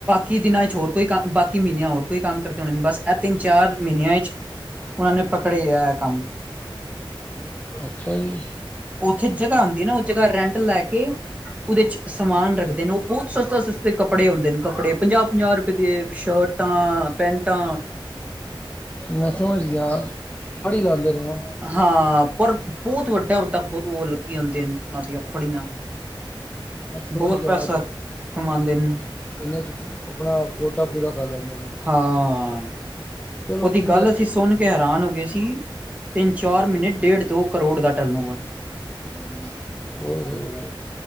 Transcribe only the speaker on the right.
ਵੀ ਦਿਨਾਂ 'ਚ ਹੋਰ ਕੋਈ ਕੰਮ, ਬਾਕੀ ਮਹੀਨਿਆਂ ਚ' ਹੋਰ ਕੋਈ ਕੰਮ ਕਰਦੇ ਹੋਣੇ ਨੇ। ਬਸ ਇਹ ਤਿੰਨ- ਚਾਰ ਮਹੀਨਿਆਂ 'ਚ ਉਹਨਾਂ ਨੇ ਪਕੜੇ ਇਹ ਕੰਮ।
ਉੱਥੇ ਜਗ੍ਹਾ ਹੁੰਦੀ ਹੈ ਨਾ ਉਹ ਜਗ੍ਹਾ ਰੈਂਟ ਲੈ ਕੇ ਉਹਦੇ ਚ' ਸਮਾਨ ਰੱਖਦੇ ਨੇ। ਉਹ ਬਹੁਤ ਸਸਤੇ -ਸਸਤੇ ਕਪੜੇ ਹੁੰਦੇ ਨੇ। ਕਪੜੇ ਪੰਜਾਹ- ਪੰਜਾਹ ਰੁਪਏ ਦੇ ਸ਼ਰਟ, ਟਾਂ, ਪੈਂਨਟਾ।
ਹਾਂ। ਪਰ ਬਹੁਤ ਵੱਡਾ -। ਵੱਡਾ ਉਹ ਲੱਗੇ ਹੁੰਦੇ ਨੇ ਉਹਨਾਂ ਦੀਆਂ ਫੜੀਆਂ।
ਬਹੁਤ
ਪੈਸਾ
ਕਮਾਉਂਦੇ ਨੇ
ਹਾਂ।
ਉਹਦੀ
ਗੱਲ ਅਸੀਂ ਸੁਣ ਕੇ ਹੈਰਾਨ ਹੋ ਗਏ ਸੀ। ਤਿੰਨ- ਚਾਰ ਮਹੀਨੇ ਡੇਢ ਤੋਂ ਕਰੋੜ ਦਾ ਟਰਨ ਓਵਰ।